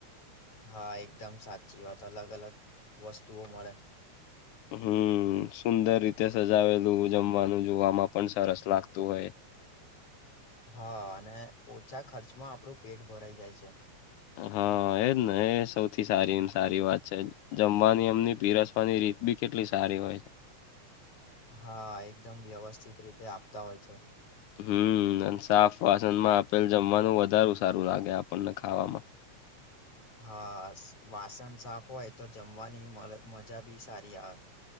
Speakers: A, on the left; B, on the left.
A: હા એકદમ સાચી વાત. અલગ અલગ વસ્તુઓ મળે.
B: હમ્મ, સુંદર રીતે સજાવેલું જમવાનું જોવામાં પણ સરસ લાગતું હોય.
A: હા અને ઓછા ખર્ચમાં આપણું પેટ ભરાઈ જાય છે.
B: હા એજ ને એ સૌથી સારી ને સારી વાત છે. જમવાની એમની પીરસવાની રીત બી કેટલી સારી હોય.
A: હા, એકદમ વ્યવસ્થિત રીતે આપતા હોય છે.
B: હમ્મ અને સાફ વાસનમાં આપેલ જમવાનું વધારું સારું લાગે આપણને ખાવામાં.
A: હા, વાસણ સાફ હોય તો જમવાની મજા બી સારી આવે.